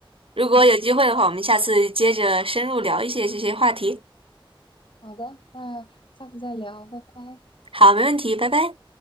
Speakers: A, on the right (about 80°); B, on the left (about 65°).
A: 如果有机会的话，
B: 嗯。
A: 我们下次接着深入聊一些这些话题。
B: 好的，那下次再聊，拜拜。
A: 好，没问题，拜拜。